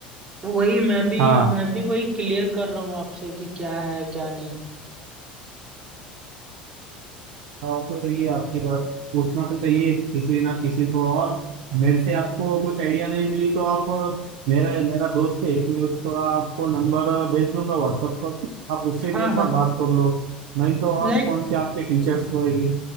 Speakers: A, on the right; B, on the right.
A: तो वही मैं भी
B: हाँ
A: मैं भी वही क्लियर कर रहा हूँ आपसे कि क्या है क्या नहीं
B: हाँ तो सही है आपकी बात पूछना तो चाहिए किसी ना किसी को और मेरे से आपको कुछ आइडिया नहीं मिली तो आप अ, मेरा मेरा दोस्त है मैं उसको आपको नंबर भेज दूंगा व्हाट्सएप पर आप उससे
A: हाँ
B: भी एक
A: हाँ
B: बार बात कर लो नहीं तो आप
A: लाइक
B: कौन से आपके टीचर्स होंगे